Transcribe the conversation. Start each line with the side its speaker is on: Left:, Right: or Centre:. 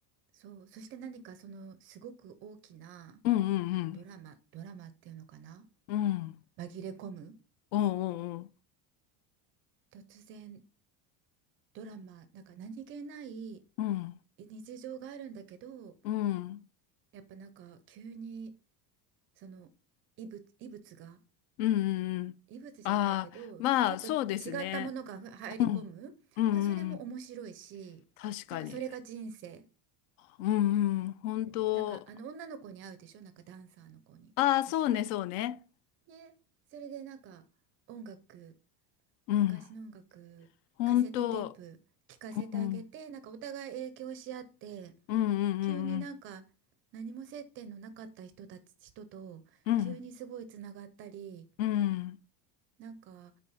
Right: そう。そして何かそのすごく大きな
Left: うんうん
Right: ドラマ、ドラマっていうのかな
Left: うん、うん、
Right: 紛れ込む
Left: うんうん
Right: 突然ドラマ、なんか何気ない
Left: うん、うん、
Right: 日常があるんだけど、
Left: うん、うん、
Right: やっぱなんか急にその異物、異物が、
Left: うん、うん、
Right: 異物じゃないけど、
Left: ああ、まあそうですね。
Right: ちょっと違ったものがふ入り込む。
Left: うん。うんうんうん。
Right: だからそれも面白いし、
Left: 確かに。
Right: なんかそれが人生。
Left: うんうん。本当。
Right: うん、なんかあの女の子に会うでしょなんかダンサーの子に。
Left: ああ、
Right: 確か。
Left: そうね、そうね。
Right: ね、それでなんか音楽、
Left: うん。
Right: 昔の音楽、
Left: 本当。
Right: カセットテープ聞かせてあげて、
Left: うん。
Right: なんかお互い影響し合って、
Left: うんうんうん
Right: 急になんか何も接点のなかった人たち、人と急にすごいつながったり、
Left: うん。うん。うん。
Right: なんか